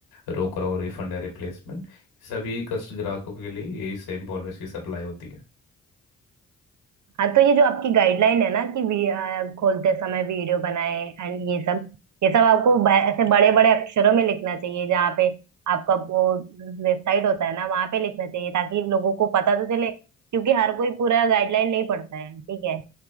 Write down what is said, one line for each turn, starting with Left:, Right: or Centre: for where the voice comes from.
Left: रोक रहा हूँ रिफंड या रिप्लेसमेंट सभी कस्ट ग्राहकों के लिए यही सेम पॉलिसी अप्लाई होती है
Right: हाँ तो ये जो आपकी गाइडलाइन है ना कि वी, आ, खोलते समय वीडियो बनाए एंड ये सब ये सब आपको ब- ऐसे बड़े बड़े अक्षरों में लिखना चाहिए जहाँ पे आपका वो वेबसाइट होता है ना वहां पे लिखना चाहिए ताकि लोगों को पता तो चले क्योंकि हर कोई पूरा गाइडलाइन नहीं पढ़ता है ठीक है